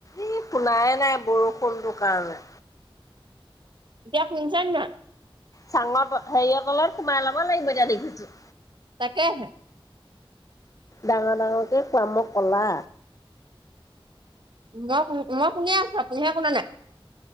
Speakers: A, on the left; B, on the right.
A: এই পোনায় নাই বৰষুণটোৰ কাৰণে।
B: এতিয়া শুনিছা নে নাই?
A: চাঙৰ ত হেৰিয়ৰ তলত সোমাই লব লাগিব এতিয়া দেখিছো।
B: তাকে হে
A: ডাঙৰ ডাঙৰকে কোৱা মই ক'লা
B: মই ক মই কোনে আছো আপুনিহে কোনা নাই